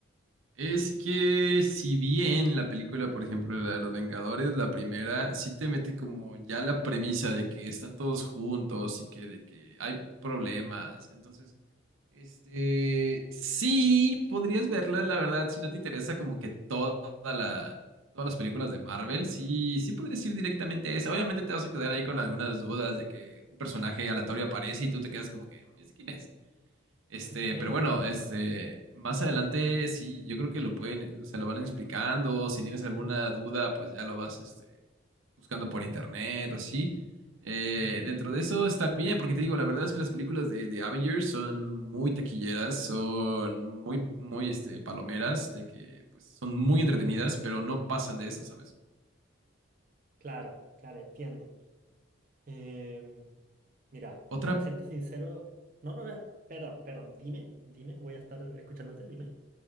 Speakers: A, on the right; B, on the right.
A: Es que si bien la película, por ejemplo, la de los Vengadores, la primera, sí te mete como ya la premisa de que están todos juntos y que de que hay problemas. Entonces, este, sí, podrías verla, la verdad, si no te interesa como que toda la, todas las películas de Marvel, sí, sí podrías ir directamente a esa. Obviamente te vas a quedar ahí con algunas dudas de que un personaje aleatorio aparece y tú te quedas como que, "¿Ese quién es? Este,
B: <laughs>
A: pero bueno, este, más adelante sí, yo creo que lo pueden, se lo van explicando. Si tienes alguna duda, pues ya lo vas, este, buscando por internet, así. Eh, dentro de eso está bien, porque te digo, la verdad es que las películas de, de Avengers son muy taquilleras, son muy, muy, este, palomeras, de que, pues, son muy entretenidas, pero no pasan de eso, ¿sabes?
B: Claro, claro, entiendo. Em, mira,
A: Otra,
B: para serte sincero, no, no, no, perdón, perdón, dime, dime, voy a estar escuchándote, dime.